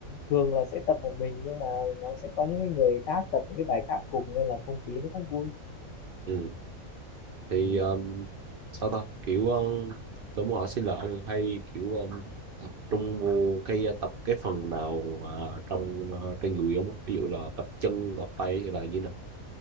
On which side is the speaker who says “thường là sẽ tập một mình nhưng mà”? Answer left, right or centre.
Left